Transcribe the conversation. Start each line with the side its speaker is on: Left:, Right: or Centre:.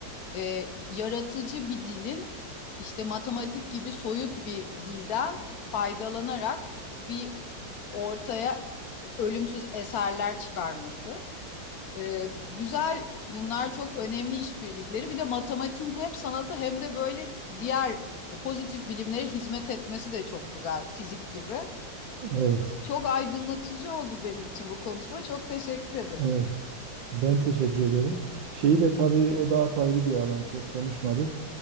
Left: e, yaratıcı bir dilin işte matematik gibi soyut bir dilden faydalanarak bir ortaya ölümsüz eserler çıkarması. E, güzel bunlar çok önemli işbirlikleri. Bir de matematiğin hem sanatı hem de böyle diğer pozitif bilimlere hizmet etmesi de çok güzel fizik gibi.
Right: Evet,
Left: Çok aydınlatıcı oldu benim için bu konuşma. Çok teşekkür ederim.
Right: evet. Ben teşekkür ederim. Şeyi de tabii o da apayrı bir alan çok konuşmadık.